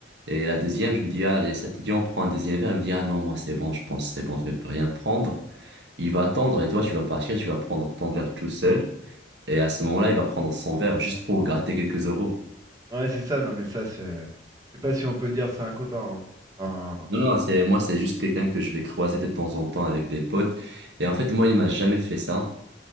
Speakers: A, on the right; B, on the right.
A: et la deuxième, je lui dis, ah, allez, ça te dit, on prend un deuxième verre. il me dit, ah non, moi c'est bon, je pense, c'est bon, je vais rien prendre. Il va attendre et toi, tu vas partir, tu vas prendre ton verre tout seul. Et à ce moment-là, il va prendre son verre juste pour gratter quelques euros.
B: Ouais, c'est ça, non, mais ça, c'est. Je sais pas si on peut dire c'est un copain. hein. Enfin,
A: Non, non, c'est, moi, c'est juste quelqu'un que je vais croiser de temps en temps avec des potes. Et en fait, moi, il m'a jamais fait ça.